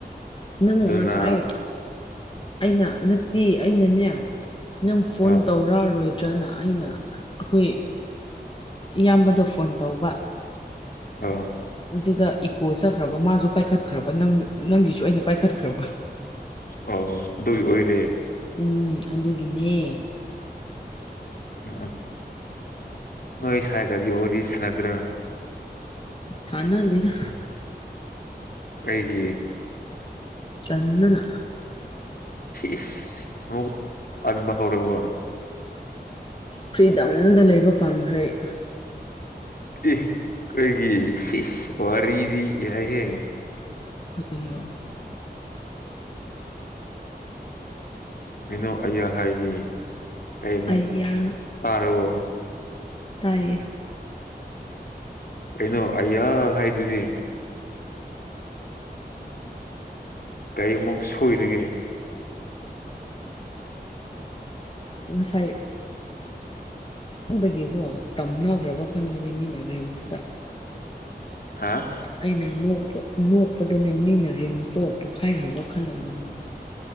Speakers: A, on the left (about 30°); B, on the left (about 60°).
A: ꯅꯪ
B: ꯑꯗꯨꯅ
A: ꯉꯁꯥꯏ ꯑꯩꯅ ꯅꯠꯇꯦ ꯑꯩꯅꯅꯦ ꯅꯪ
B: ꯑꯥ
A: ꯐꯣꯟ ꯇꯧꯔꯛꯑꯔꯣꯏ- ꯗꯔ꯭ ꯅ ꯑꯩꯅ ꯑꯩꯈꯣꯏ ꯏꯌꯥꯝꯕꯗ ꯐꯣꯟ ꯇꯧꯕ
B: ꯑꯣꯥ
A: ꯑꯗꯨꯗ ꯏꯀꯣ ꯆꯠꯈ꯭ꯔꯕ ꯃꯥꯁꯨ ꯄꯥꯏꯈꯠꯈ꯭ꯔꯕ ꯅꯪ ꯅꯪꯒꯤꯁꯨ ꯑꯩꯅ ꯄꯥꯏꯈꯠꯈ꯭ꯔꯕ
B: ꯑꯣ ꯑꯗꯨꯒꯤ ꯑꯣꯏꯔꯦ
A: ꯎꯝ ꯑꯗꯨꯒꯤꯅꯦ
B: ꯎꯝ ꯅꯣꯏ ꯁꯥꯏꯒꯗꯤ ꯋꯥꯔꯤ ꯁꯥꯟꯅꯗ꯭ꯔꯣ
A: ꯁꯥꯟꯅꯗꯦꯗ
B: ꯀꯩꯒꯤ
A: ꯇꯟꯗꯅ
B: ꯏꯁ ꯑꯃꯃꯨꯛ ꯄꯥꯝꯕ ꯍꯧꯔꯕꯣ
A: ꯐ꯭ꯔꯤꯗꯝꯗ ꯂꯩꯕ ꯄꯥꯝꯈ꯭ꯔꯦ ꯑꯩ
B: ꯑꯦ ꯀꯩꯒꯤ ꯋꯥꯔꯤꯗꯤ ꯌꯥꯏꯍꯦ
A: <unintelligible>
B: ꯀꯩꯅꯣ ꯑꯩꯌꯥ ꯍꯥꯏꯗꯤ ꯀꯩꯃꯨꯛ
A: ꯑꯩꯌꯥ
B: ꯇꯥꯔꯕꯣ
A: ꯇꯥꯏꯌꯦ
B: ꯀꯩꯅꯣ ꯑꯩꯌꯥ ꯍꯥꯏꯗꯨꯗꯤ ꯀꯩ ꯑꯃꯨꯛ ꯁꯣꯏꯔꯒꯦ
A: ꯉꯁꯥꯏ ꯈꯟꯕꯒꯤꯀꯣ ꯇꯝꯅꯈ꯭ꯔꯕ ꯈꯟꯒꯅꯤ ꯃꯤꯅ ꯔꯤꯝꯁꯇ
B: ꯍꯥꯥ
A: ꯑꯩꯅ ꯅꯣꯛ ꯅꯣꯛꯄꯗꯅꯦ ꯃꯤꯅ ꯔꯤꯝꯁꯇꯣ ꯄꯣꯈꯥꯏꯈ꯭ꯔꯕ ꯈꯜꯂꯝꯒꯅꯦꯕ